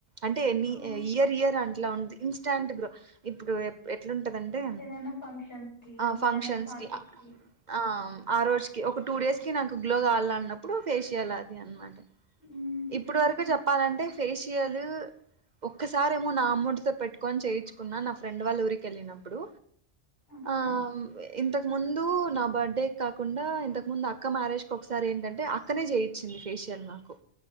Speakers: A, on the right; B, on the left.
A: అంటే ఎన్ని
B: ఆ
A: ఇయర్ ఇయర్ అంట్లా ఉందిఇ ఇన్స్ట్ంట్ గ్లో ఇప్పుడు ఎప్ ఎట్లుంటదంటే
B: ఏదైనా ఫంక్షన్స్ కి
A: ఆ
B: ఏదైనా
A: ఫంక్షన్స్
B: పార్టీస్
A: కి ఆ ఆ రోజు కి ఒక టూ డేస్ కి కి నాకు గ్లో కావాలన్నప్పుడు ఫేషియల్ అది అన్నమాట
B: హ్మ్
A: ఇప్పుడు వరకు చెప్పాలంటే ఫేషియలు ఒక్కసారి ఏమో నా అమౌంట్ తో పెట్టుకొని చేయించుకున్నా నా ఫ్రెండ్ వాళ్ళ ఊరికి వెళ్ళినప్పుడు
B: ఓకే.
A: ఆ ఇంత ముందు నా బర్త్డే కాకుండా ఇంతకు ముందు అక్క మ్యారేజ్ కి ఒకసారి ఏంటంటే అక్కనే చేయిచ్చింది ఫేషియల్ నాకు